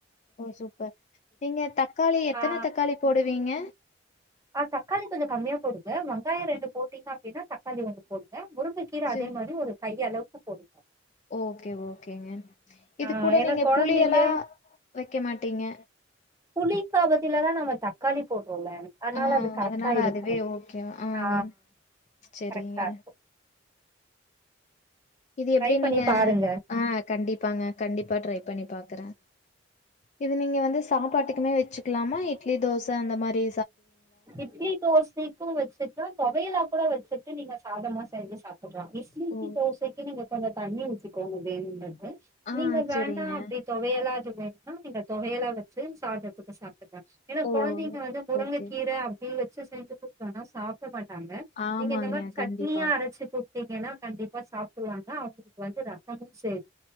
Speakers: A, on the left (about 35°); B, on the right (about 15°).
A: ஓ சூப்பர் நீங்க தக்காளி எத்தனை
B: ஆ
A: தக்காளி போடுவீங்க
B: ஆ் தக்காளி கொஞ்சம் கம்மியா போடுங்க வெங்காயம் ரெண்டு போட்டீங்க அப்படின்னா தக்காளி வந்து போடுங்க முருங்கக் கீரை
A: சரி
B: அதே மாதிரி ஒரு கை அளவுக்கு உப்பு போட்டு
A: ஓகே ஓகேங்க இது
B: ஆ
A: கூட
B: ஏன்னா
A: நீங்க
B: கொழந்தைங்க
A: புளிய எல்லாம் வைக்க மாட்டீங்க
B: புளி காபத்தில தான் நம்ம தக்காளி போட்டு போல ஆனால
A: ஆ
B: அது கரெக்டா
A: அதனால
B: இருக்கு
A: அதுவே ஓகேவ ஆம்
B: ஆ
A: சரிங்க
B: கரெக்டா இருக்கு
A: இது
B: ட்ரை
A: எப்படி
B: பண்ணி
A: நீங்க
B: பாருங்க
A: ஆஹ் கண்டிப்பாங்க கண்டிப்பா ட்ரை பண்ணி பாக்குறேன் இது நீங்க வந்து சாப்பாட்டுக்குமே வச்சுக்கலாமா இட்லி தோசை அந்த மாதிரி
B: இட்லி தோசைக்கும் வச்சுக்கலான் தொவையலா கூட வச்சுக்கலான் நீங்க சாதமா செஞ்சு சாப்பிடுறாம் இட்லி
A: ஓ!
B: தோசைக்கு நீங்க கொஞ்சம் தண்ணி ஊத்திக்கோங்க வேணும்னா
A: ஆ
B: நீங்க வேண்டாம்
A: சரிங்க.
B: அப்படி தொவையலாம் அது வேனா நீங்க தொவையலாம் வச்சு சாதத்துக்கு சாப்ப ஏன்னா
A: ஓ!
B: குழந்தைங்க வந்து உறங்கை
A: ஓகே.
B: ி வ சஞ்ச புக்கான சாப் ாங்க
A: ஆமாங்க.
B: நீங்க இந்த மாதிரி சட்னியா
A: கண்டிப்பா.
B: அரைச்சு ீங்கன்னா கண்டிப்பா சாப்பிடுவாங்க அவங்களுக்கு வந்து ரரசமும் சேரி